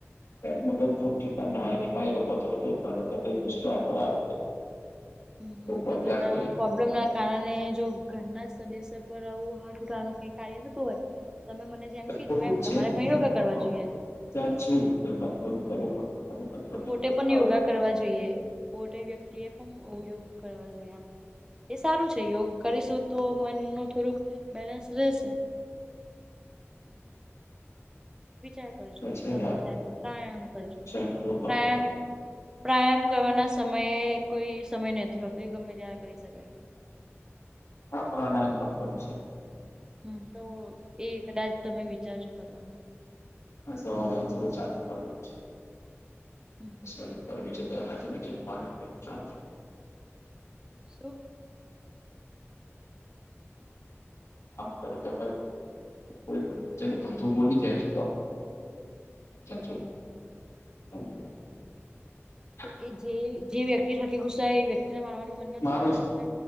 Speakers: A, on the left (about 75°); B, on the right (about 15°).
A: <unintelligible>
B: હમ!
A: પગાર
B: તો ઘરના
A: થઈ
B: પ્રોબ્લેમ
A: જાય
B: ના કારણે જો, ઘરના સદસ્ય પર આવું હાટાનું કઈ કાર્ય થતું હોય, તો તમે મને જેમ કીધું
A: ખોટું
B: એમ, તમારે
A: જ છે વિચાર
B: પણ યોગા કરવા જોઈએ.
A: <unintelligible>
B: તો પોતે
A: નહીં થતો
B: પણ
A: એટલે આવું
B: યોગા
A: વિચાર
B: કરવા જોઈએ. પોતે વ્યક્તિ એ પણ યોગ કરવા જોઈએ એમ. એ સારું છે. યોગ કરીશું તો, મનનું થોડુંક બેલેન્સ રહેશે. વિચાર
A: પૈસા
B: નવરા પ્રાયામ કરજો.
A: કંટ્રોલ
B: પ્રયામ પ્રાયામ કરવાના સમયે કોઈ સમય નથી હોતો. એ ગમે ત્યારે કરી શકાય.
A: હા પ્રાણાયામ પણ કરી શક.
B: હમ! તો એ કદાચ તમે વિચારજો કરવાનું.
A: સવારે તો ચાલુ કરવું.
B: હમ હમ.
A: સારુ <unintelligible> <inaudible> પછી કોઈ કામ
B: શું
A: કરતો હોય. કોઈ ચ પણ તું બોલી જાય તો <unintelligible> <inaudible>
B: તો એ જે જે વ્યક્તિ થકી ગુસ્સો આયો એ વ્યક્તિને મારવાનું મન નથી
A: મારું
B: થતું
A: જ
B: તમને?